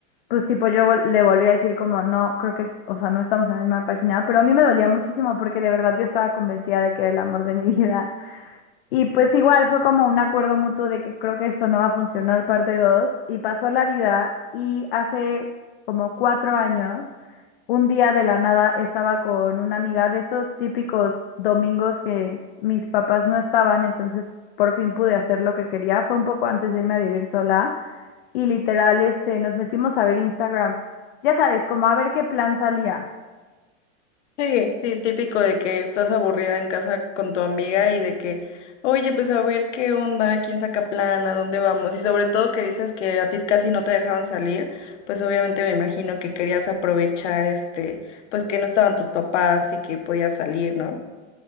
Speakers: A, on the left; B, on the left.
A: pues tipo yo vol- le volví a decir como, no, creo que, es- o sea, no estamos en la misma página. Pero a mí me dolía muchísimo porque de verdad yo estaba convencida de que era el amor de mi <laughs> vida. Y pues igual fue como un acuerdo mutuo de que creo que esto no va a funcionar parte 2 y pasó la vida y hace como cuatro años, un día de la nada estaba con una amiga de esos típicos domingos que mis papás no estaban, entonces por fin pude hacer lo que quería. Fue un poco antes de irme a vivir sola y literal, este, nos metimos a ver Instagram. Ya sabes, como a ver qué plan salía.
B: Sí, sí, típico de que estás aburrida en casa con tu amiga y de que, oye, pues a ver qué onda, quién saca plan, a dónde vamos. Y sobre todo que dices que a ti casi no te dejaban salir, pues obviamente me imagino que querías aprovechar este, pues que no estaban tus papás y que podías salir, ¿no?